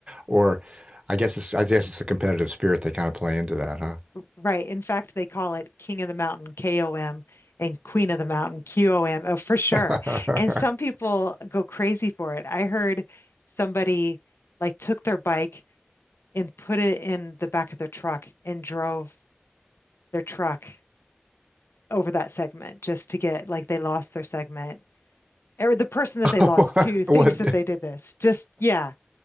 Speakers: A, on the right; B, on the left.
A: or I guess it's I guess it's a competitive spirit they kind of play into that, huh?
B: right. In fact, they call it King of the Mountain, KOM, and Queen of the Mountain, QOM, oh, for sure.
A: <laughs>
B: And some people go crazy for it. I heard somebody like took their bike and put it in the back of their truck and drove their truck over that segment just to get like they lost their segment or the person that they
A: Oh,
B: lost to
A: <laughs> what?
B: thinks that they did this just yeah